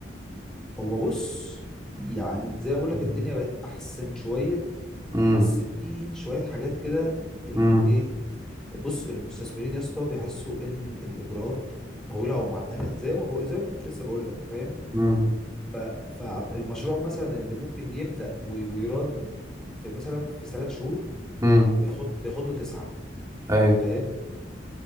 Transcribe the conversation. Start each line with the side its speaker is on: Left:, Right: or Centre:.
Centre: هو بص يعني زي ما بقول
Right: مم.
Centre: لك الدنيا بقت احسن شويه
Right: امم
Centre: بس في شوية حاجات كده الايه
Right: امم
Centre: بص المستثمرين يا اسطى بيحسوا ان الاجراءات طويلة ومعقدة زي ما بقول زي ما كنت لسه بقول لك فاهم
Right: امم
Centre: ف... فالمشروع مثلا اللي ممكن يبدأ وي- ويرن في مثلا في ثلاث شهور
Right: امم
Centre: بياخد بياخد له تسعة
Right: ايوه
Centre: فاهم